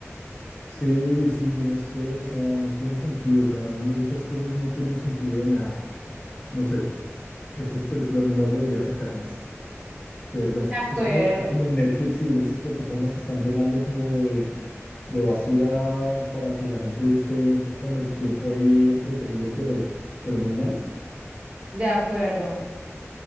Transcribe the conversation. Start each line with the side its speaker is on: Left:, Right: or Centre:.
Left: Sí, sí, yo no sé. O sea, no tiene sentido. O sea, muchas cosas no tienen sentido de nada. No sé. Estas películas no las deberían sacar más. Qué vergüenza.
Right: De acuerdo,
Left: Es como, es como Netflix y estas plataformas que están llenando como de, de basura para que la gente esté con el tiempo ahí entretenido, pero, pero muy malas.
Right: de acuerdo.